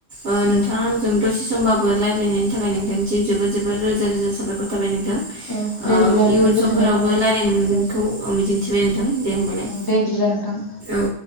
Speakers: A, on the right; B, on the left.
A: ओ
B: औ
A: नोंथां आंजों दसे समबाब बो लायनायनि थाखाय नोंथांनिसिम जोबोद जोबोद रोजा रोजा साबायखर थाबाय नोंथां। थां
B: औ दे बिदिब्ला
A: ओ
B: नोंथां
A: इयुन
B: गोजोननाय
A: समफोरावबो
B: थाबाय
A: लायरायनो मोनगोनखौ
B: औ
A: मिजिंथिबाय नोंथां दे होमबालाय
B: औ दे बिदिब्ला नोंथां
A: औ।